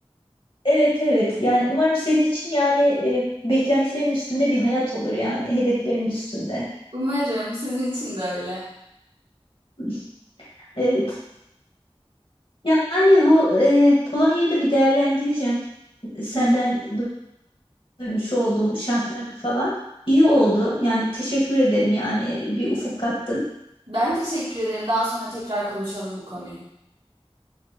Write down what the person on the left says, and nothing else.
evet evet yani umarım senin için yani e, beklentilerin üstünde bir hayat olur yani hedeflerin üstünde.
<laughs> Evet. Yani bu e, Polonya'yı da bir değerlendireceğim. Senden
du- duymuş olduğum şartlarda falan. İyi oldu. Yani teşekkür ederim yani bir ufuk kattın.